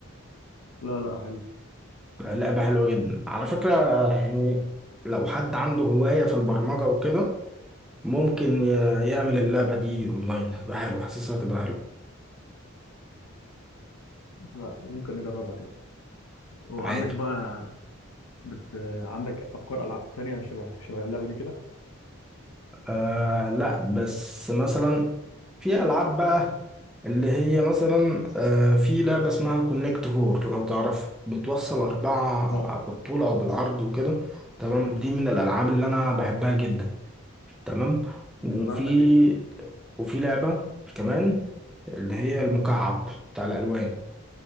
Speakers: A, on the left; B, in the centre.
A: لا لا حلو
B: لعبة حلوة جدا على فكرة يعني لو حد عنده هواية في البرمجة وكده ممكن ي- يعمل اللعبة دي اونلاين هتبقى حلوة حاسسها هتبقى حلوة
A: لا دي ممكن نجربها تاني وعندك
B: عادي
A: بقى بت... عندك افكار العاب تانية شبه شبه اللعبة دي كده
B: آه لا بس مثلا في ألعاب بقى اللي هي مثلا آه، في لعبة اسمها كونكت فور لو تعرفها بتوصل أربعة
A: اه اه
B: بالطول أو بالعرض وكده تمام دي من الألعاب اللي أنا بحبها جدا تمام وفي
A: بلعبها دي
B: وفي لعبة كمان اللي هي المكعب
A: اه
B: بتاع الألوان